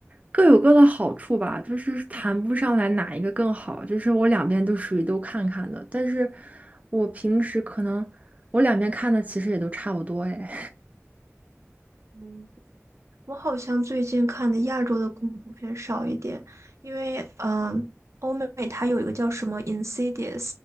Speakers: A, on the right; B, on the right.
A: 各有各的好处吧，就是谈不上来哪一个更好，就是我两边都属于都看看的，但是我平时可能我两边看的其实也都差不多哎。
B: 嗯。我好像最近看的亚洲的恐怖片少一点，因为嗯、呃欧美它有一个叫什么《Insidious》，